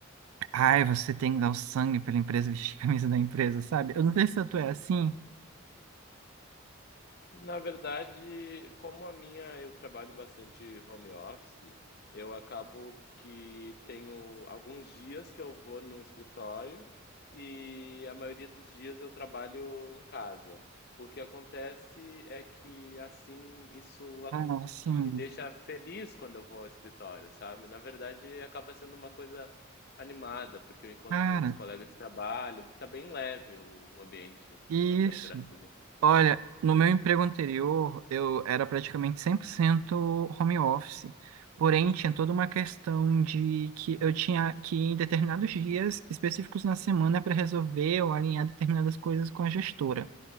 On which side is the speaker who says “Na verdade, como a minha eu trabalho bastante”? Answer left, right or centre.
Left